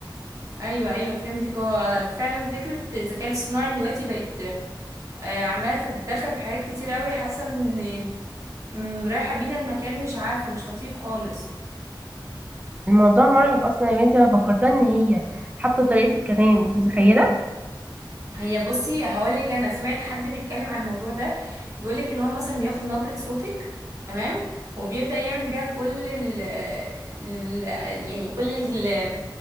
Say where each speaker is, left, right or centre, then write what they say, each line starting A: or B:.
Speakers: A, on the right; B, on the right.
A: ايوه ايوه فهمتك هو فعلا فكره الذكاء الاصطناعي دلوقتي بقت آه، عماله تتدخل في حاجات كتير قوي حاسه ان م، رايحه بينا المكان مش عارفه مش لطيف خالص
B: الموضوع مرعب اصلا يا بنتي انا فكرتها ان هي حتى طريقة الكلام انت متخيلة
A: هي بصي هقولك انا سمعت حد بيتكلم عن الموضوع ده بيقولك ان هو مثلا بياخد نبرة صوتك تمام وبيبدأ يعمل بيها كل ال ال- يعني كل ال-